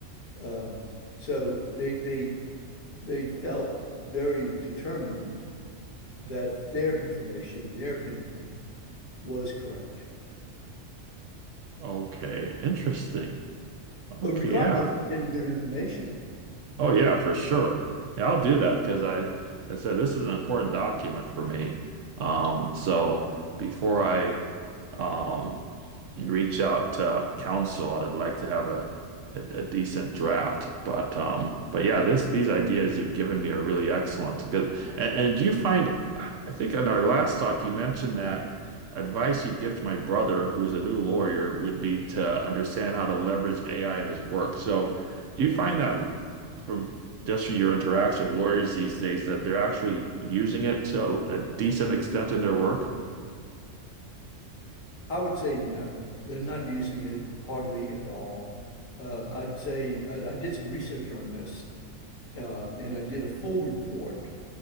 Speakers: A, on the left (about 80°); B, on the right (about 75°).
A: Um, So they they they felt very determined that their information, their opinion was correct.
B: Okay, interesting.
A: But
B: Okay,
A: regardless,
B: yeah.
A: you're getting good information.
B: Oh yeah, for sure. Yeah, I'll do that because I, like I said this is an important document for me. Um, so before I um reach out to council, I'd like to have a, a a decent draft. But um, but yeah, this these ideas you've given me are really excellent. Because and, and do you find, I think in our last talk you mentioned that advice you'd give to my brother who's a new lawyer would be to understand how to leverage AI in his work. So. Do you find that from just your interaction with lawyers these days that they're actually using it to a, a decent extent in their work?
A: I would say no, they're not using it hardly at all. Um, I'd say I, I did some research on this, um, and I did a full report